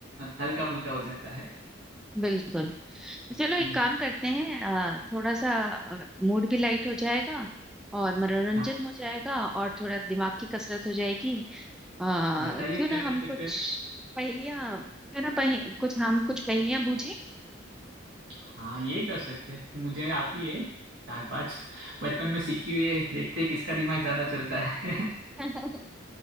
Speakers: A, on the right; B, in the centre.
A: हल्का फुल्का हो जाता है
B: बिल्कुल चलो एक
A: हम्म,
B: काम करते हैं अ, थोड़ा सा मूड भी लाइट हो जाएगा और मनोरंजन
A: हाँ
B: हो जाएगा और थोड़ा दिमाग की कसरत हो जाएगी आ,
A: बताइए
B: क्यों
A: क्या
B: ना
A: कर
B: हम
A: सकते
B: कुछ
A: हैं
B: पहेलियां क्यों ना पहे, कुछ हम कुछ पहेलियां बूझे
A: हाँ ये कर सकते हैं। मुझे आती है चार पांच बचपन में सीखी हुई है देखते हैं किसका दिमाग ज्यादा चलता है
B: <laughs>